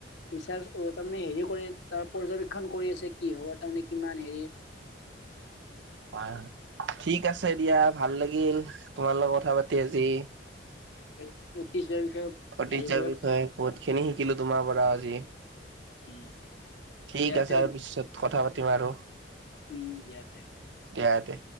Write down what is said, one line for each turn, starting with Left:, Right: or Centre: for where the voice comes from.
Left: ৰিচাৰ্জ তাৰমানে হেৰি কৰি তাৰ পৰ্যবেক্ষণ কৰি আছে কি হয় তাৰমানে কিমান হেৰি <inaudible>
Right: হয় ঠিক আছে দিয়া ভাল লাগিল। তোমাৰ লগত কথা পাতি আজি
Left: <unintelligible>
Right: ঐতিহ্যৰ
Left: হেৰি কৰে
Right: বিষয়ে বহুত খিনি শিকিলো তোমাৰ পৰা আজি।
Left: উম
Right: ঠিক
Left: দিয়াতে
Right: আছে আৰু পিছত কথা পাতিম আৰু।
Left: উম দিয়াতে।
Right: দিয়াকে